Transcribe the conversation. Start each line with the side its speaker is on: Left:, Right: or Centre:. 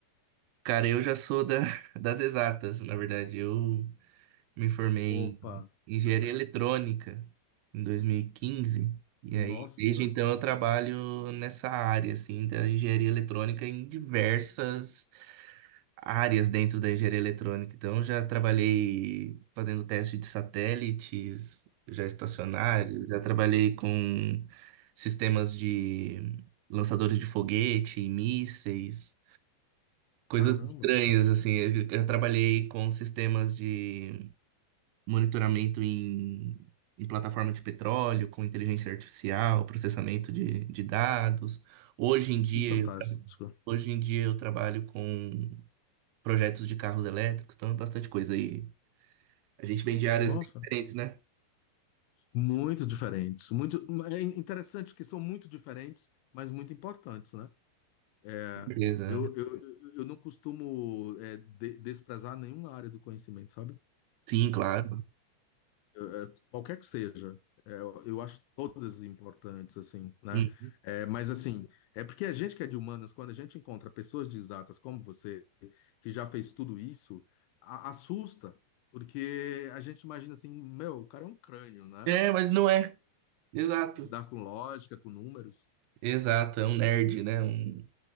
Right: Cara, eu já sou da, <laughs> das exatas, na verdade. Eu me formei
Left: Opa,
Right: em engenharia
Left: é.
Right: eletrônica em 2015. E quinze. E
Left: Nossa,
Right: aí, desde então, eu trabalho nessa área, assim, da engenharia eletrônica em diversas áreas dentro da engenharia eletrônica. Então, eu já trabalhei fazendo teste de satélites, já estacionário,
Left: nossa,
Right: já trabalhei com sistemas de lançadores de foguete, mísseis, coisas
Left: caramba,
Right: estranhas, assim. Eu eu já trabalhei com sistemas de monitoramento em, em plataforma de petróleo, com inteligência artificial, processamento de, de dados. Hoje em dia,
Left: que fantástico.
Right: eu tra- hoje em dia eu trabalho com projetos de carros elétricos, então é bastante coisa aí. A gente vem de áreas
Left: Nossa,
Right: bem diferentes, né?
Left: muito diferentes, muito é interessante que são muito diferentes, mas muito importantes, né? É,
Right: Beleza.
Left: eu, eu, eu eu não costumo é, de- desprezar nenhuma área do conhecimento, sabe?
Right: Sim, claro.
Left: é, qualquer que seja. É, eu eu acho todas importantes, assim, né?
Right: Hum.
Left: É, mas, assim, é porque a gente que é de humanas, quando a gente encontra pessoas de exatas como você, que já fez tudo isso, a- assusta, porque a gente imagina assim, meu, o cara é um crânio, né?
Right: É, mas não é. Exato.
Left: Lidar com lógica, com números,
Right: Exato, é um nerd, né? Um...